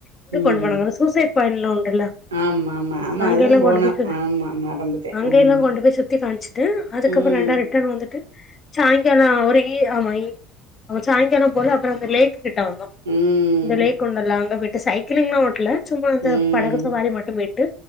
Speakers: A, on the left; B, on the right.
A: இங்க
B: ம்
A: கொண்டு போனாங்க சூசைட் பாயிண்ட் உண்டுல
B: ஆமா ஆமா ஆமா
A: அங்க
B: அதுவு
A: எல்லாம்
B: போனோ
A: கொண்டு போய்
B: ஆமா மறந்துட்டே
A: அங்கல்லாம்
B: ம்
A: கொண்டு போய் சுத்தி காணச்சுட்டு அதுக்கப்பறம்
B: ம்
A: ரெண்ட ரிட்டன் வந்துட்டு சாயங்கல அவர ஆமா அவ சாயங்காலம் போல அப்ப றம் அந்த லேக் கிட்
B: ம்
A: இந்தலயே கொண்டு வல்லாம் அங்க விட்டு சைக்கிங்லாம் ஓட்ல சும்மா அந்த
B: ம்
A: படகு சவாரி மட்டும் போ ய்ட்டு